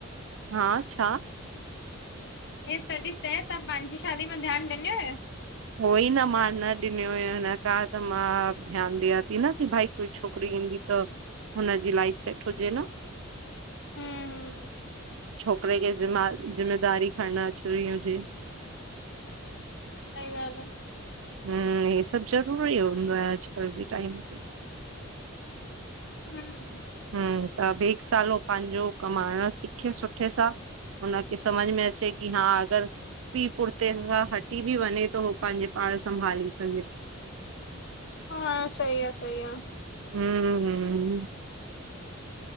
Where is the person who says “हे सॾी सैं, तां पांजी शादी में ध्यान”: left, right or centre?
Left